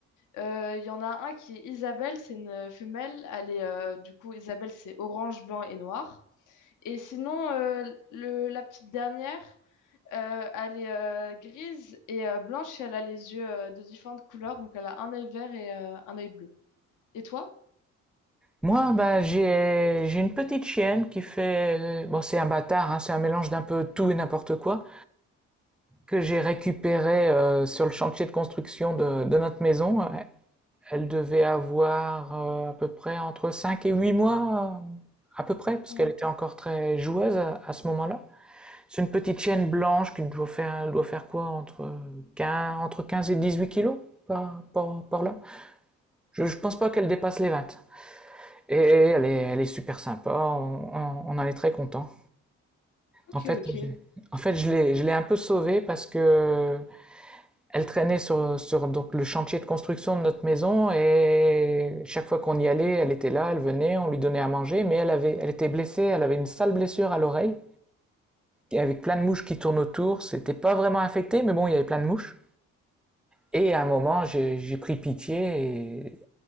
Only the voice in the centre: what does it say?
Moi, bah, j'ai j'ai une petite chienne qui fait bon, c'est un bâtard, hein, c'est un mélange d'un peu tout et n'importe quoi que j'ai récupéré euh, sur le chantier de construction de, de notre maison. Elle devait avoir euh, à peu près entre 5 et 8 mois, euh, à peu près, parce
qu'elle était encore très joueuse à, à ce moment-là. C'est une petite chienne blanche qui doit faire, doit faire quoi entre 15, entre 15 et 18 kilos par, par, par là. Je, je pense pas qu'elle dépasse les 20. Et elle est, elle est super sympa, on, on- on en est très content.
En fait,
en fait je l'ai je l'ai un peu sauvée parce que elle traînait sur, sur donc, le chantier de construction de notre maison et chaque fois qu'on y allait, elle était là, elle venait, on lui donnait à manger, mais elle, avait, elle était blessée, elle avait une sale blessure à l'oreille avec plein de mouches qui tournent autour. C'était pas vraiment infecté, mais bon, il y avait plein de mouches. Et à un moment, j'ai j'ai pris pitié et